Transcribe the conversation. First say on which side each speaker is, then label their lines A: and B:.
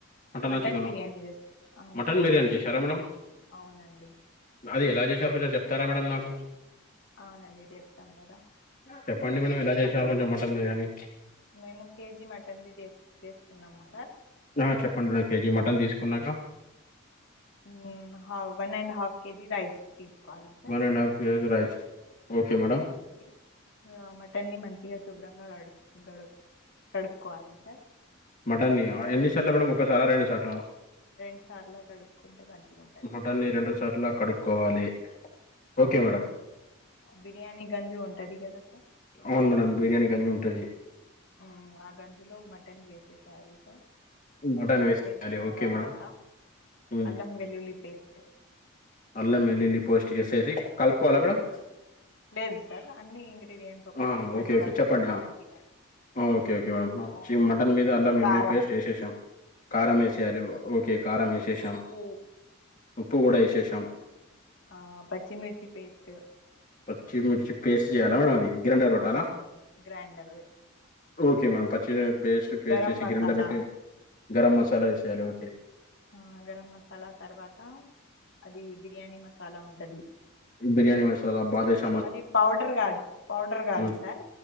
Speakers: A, on the left (about 40°); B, on the left (about 60°).
A: మటనా
B: మటన్
A: చికెనా
B: బిర్యానీ చేసు ఆ
A: మటన్ బిర్యానీ చేసారా మేడమ్
B: అవునండి
A: అది ఎలా చేశారు కొంచెం చెప్తారా మేడం నాకు
B: అవునండి చెప్తాం కదా
A: చెప్పండి మేడం ఎలా చేసారు
B: మట్
A: కొంచెం మటన్ బిర్యానీ
B: మేము కేజీ మటన్ది చేసు చేసుకున్నాము సార్
A: ఆ చెప్పండి కేజీ మటన్ తీసుకున్నాక
B: ఊ how one and half K G rice తీసుకోవాలి
A: one and half K G rice okay madam
B: ఔన్ ఆ మటన్ని మంచిగా శుభ్రంగా గడు గడు కడుక్కోవాలి సార్
A: మటన్ని ఆ ఎన్ని సార్లు మేడం ఒక్కసారా రెండు సార్లా మ
B: రెండు సార్లా కడుక్కుంటే మంచిగుంటది
A: టన్ ని రెండు సార్లా కడుక్కోవాలి ఓకే
B: అవును
A: మేడం
B: బిర్యానీ గంజు ఉంటది గదా సా
A: అవును మేడం బిర్యానీ గంజు ఉంటది
B: ఊ ఆ గంజులో మటన్ వేసేసేయాలి సార్
A: మటన్ వేసేయాలి
B: వేసిన
A: ఓకే
B: తర్వాత
A: మేడం ఉమ్.
B: అల్లం వెల్లుల్లి పేస్ట్
A: అల్లం ఎల్లులి పోస్ట్ ఏసేసి కలుపుకోవాలా మేడమ్
B: లేదు సార్ అన్నీ ఇంగ్రీడియంట్స్ ఒకటేసారి
A: ఆ, ఓకే ఓకే
B: కలుపుకుంటే
A: చెప్పండి ఆ.
B: మంచిగా
A: ఓకే ఓకే మేడం
B: ఉ-
A: <inaudible> మటన్ మీద అల్లం ఎల్లి
B: కారం
A: పేస్ట్ ఏషేసాం కారం ఏసేయాలి ఓకే కారం ఏశేషాం
B: ఉప్పు
A: ఉప్పు కూడా ఏశేషాం
B: ఆ పచ్చిమిర్చి పేస్ట్
A: పచ్చి మిర్చి పేస్ట్ చేయాలా మేడం అది గ్రైండర్ పట్టాలా
B: అవునండి గ్రాండర్ వె
A: ఓకే మేడం పచ్చి పేస్ట్ పేస్ట్
B: గరం
A: చేసి
B: మసాలా
A: గ్రైండర్లోట్టి గరం మసాలా ఏసేయాలి ఓకే
B: ఆ గరం మసాలా తర్వాత అది బిర్యానీ మసాలా ఉంటది
A: బిర్యానీ మషాలా బాగేష్
B: అది పౌడర్ కాదు పౌడర్ కాదు
A: హ్మ్.
B: సార్